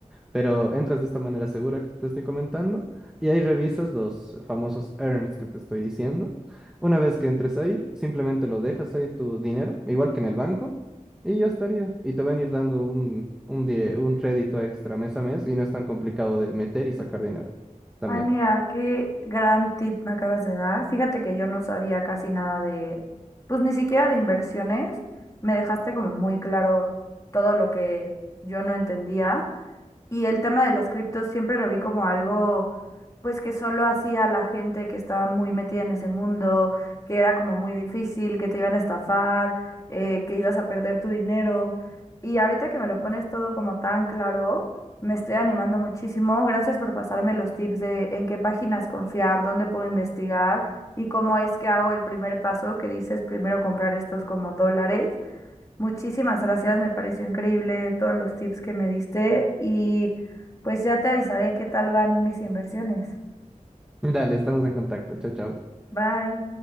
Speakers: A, in the centre; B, on the left (about 25°).
A: Pero entras de esta manera segura que te estoy comentando y ahí revisas los famosos earns que te estoy diciendo. Una vez que entres ahí, simplemente lo dejas ahí tu dinero, igual que en el banco, y ya estaría. Y te van a ir dando un, un, die- un crédito extra mes a mes y no es tan complicado de meter y sacar dinero también.
B: Ay, mira, qué gran tip me acabas de dar. Fíjate que yo no sabía casi nada de, pues ni siquiera de inversiones. Me dejaste como muy claro todo lo que yo no entendía. Y el tema de las criptos siempre lo vi como algo, pues que solo hacía la gente que estaba muy metida en ese mundo, que era como muy difícil, que te iban a estafar, eh, que ibas a perder tu dinero. Y ahorita que me lo pones todo como tan claro, me estoy animando muchísimo. Gracias por pasarme los tips de en qué páginas confiar, dónde puedo investigar y cómo es que hago el primer paso que dices, primero comprar estos como dólares Muchísimas gracias, me pareció increíble todos los tips que me diste y pues ya te avisaré qué tal van mis inversiones.
A: Dale, estamos en contacto. Chao, chao.
B: Bye.